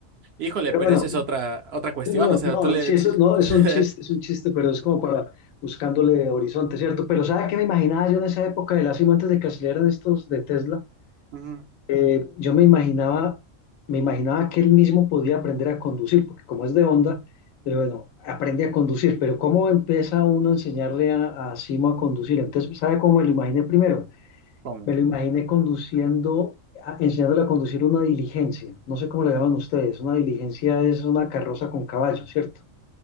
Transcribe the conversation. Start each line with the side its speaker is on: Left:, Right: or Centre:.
Right: Híjole,
Left: Pero
Right: pero
Left: bueno,
Right: eso es otra, otra cuestión.
Left: no,
Right: O sea,
Left: no,
Right: tú le...
Left: sí, eso
Right: tú-
Left: no,
Right: <laughs>
Left: es un chiste, es un chiste, pero es como para buscándole horizonte, ¿cierto? Pero ¿sabe qué me imaginaba yo en esa época de la cima antes de que salieran estos de Tesla?
Right: Ujú,
Left: eh, yo me imaginaba, me imaginaba que él mismo podía aprender a conducir, porque como es de onda, eh, bueno, aprende a conducir, pero ¿cómo empieza uno a enseñarle a, a Simo a conducir? Entonces, ¿sabe cómo me lo imaginé primero?
Right: ¿Cómo?
Left: Me lo imaginé conduciendo, a- enseñándole a conducir una diligencia, no sé cómo le llaman ustedes, una diligencia es una carroza con caballo, ¿cierto?